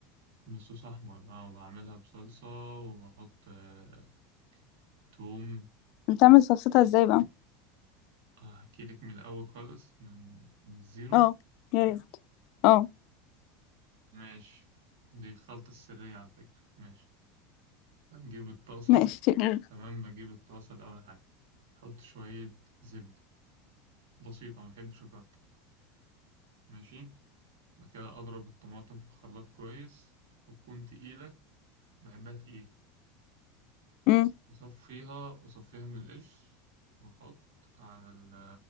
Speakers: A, on the right; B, on the left.
A: بصوص أحمر اه بعملها بصلصة وأحط آه، توم
B: بتعمل صلصتها ازاي بقى
A: أحكي لك من الأول خالص من من الزيرو
B: اه يا ريت اه
A: ماشي دي الخلطة السرية على فكرة ماشي بجيب الطاسة
B: ماشي قول.
A: تمام بجيب الطاسة الأول حاجة أحط شوية زبدة بسيطة ما بحبش أكتر ماشي بعد كده أضرب الطماطم في الخلاط كويس وتكون تقيلة بحبها تقيلة
B: امم
A: وأصفيها أصفيها من القشر وأحط على ال-